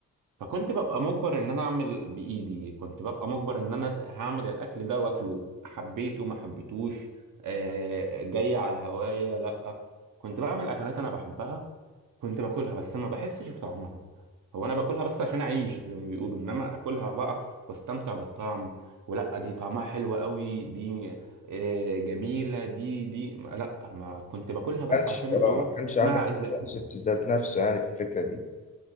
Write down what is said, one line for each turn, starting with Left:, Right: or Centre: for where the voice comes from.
Right: فكنت ببقى مجبر ان انا اعمل بايدي كنت ببقى مجبر ان انا هعمل الاكل ده واكله حبيته ما حبيتوش آه، جاي على هوايا لا كنت بعمل اكلات انا بحبها كنت باكلها بس ما بحسش بطعمها هو انا باكلها بس عشان اعيش زي ما بيقولوا انما اكلها بقى واستمتع بالطعم ولا دي طعمها حلو قوي دي آه، جميلة دي دي ما- لا ما كنت باكلها بس
Left: كانش
Right: عشان
Left: اه
Right: اللي هو
Left: ما كانش عندك
Right: انا عايز
Left: الكونسبت
Right: اكل
Left: ذات نفسه يعني في الفكره دي